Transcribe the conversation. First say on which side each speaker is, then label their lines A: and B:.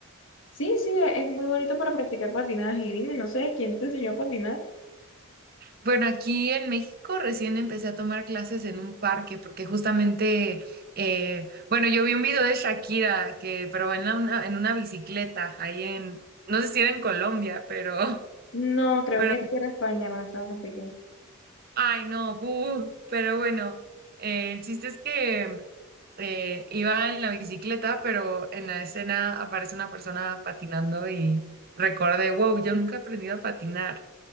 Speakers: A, on the left (about 60°); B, on the right (about 45°).
A: Sí, sí, es muy bonito para practicar patinaje. Y dime, no sé, ¿quién te enseñó a patinar?
B: Bueno, aquí en México recién empecé a tomar clases en un parque porque justamente, eh, bueno, yo vi un video de Shakira que, pero en la- una, en una bicicleta ahí en, no sé si era en Colombia, pero, <laughs>
A: No, creo
B: bueno,
A: que era España cuando estaba con Piqué.
B: ay, no, buh, pero bueno, eh, el chiste es que eh, iba en la bicicleta, pero en la escena aparece una persona patinando y recordé, wow, yo nunca he aprendido a patinar.